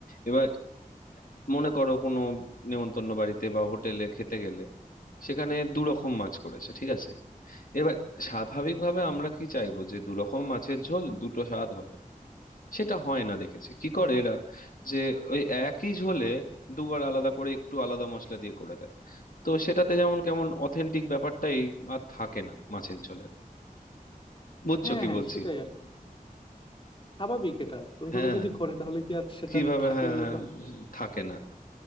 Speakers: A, on the left (about 70°); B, on the left (about 35°).
A: এবার মনে করো কোনো নেমন্তন্ন বাড়িতে বা হোটেলে খেতে গেলে সেখানে দু রকম মাছ করেছে ঠিক আছে এবার স্বাভাবিকভাবে আমরা কি চাইবো যে দু রকম মাছের ঝোল দুটো স্বাদ হবে সেটা হয় না দেখেছি কি করে এরা যে ওই একই ঝোলে দুবার আলাদা করে একটু আলাদা মশলা দিয়ে করে দেয় তো সেটাতে যেমন কেমন অথেন্টিক ব্যাপারটাই আর থাকে না মাছের ঝোলের বুঝছো
B: হ্যাঁ
A: কি
B: হ্যাঁ
A: বলছি
B: সেটাই আর কি স্বাভাবিক এটা ওইভাবে
A: হ্যাঁ
B: যদি করে তাহলে কি আর সেটা
A: কিভাবে
B: থাকে
A: হ্যাঁ
B: ওই
A: হ্যাঁ, থাকে না